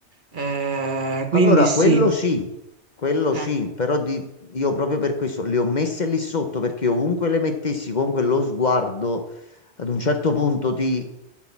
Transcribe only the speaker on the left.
Allora,
quello sì, quello
sì, però di- io proprio per questo le ho messe lì sotto perché ovunque le mettessi, comunque lo sguardo ad un certo punto ti,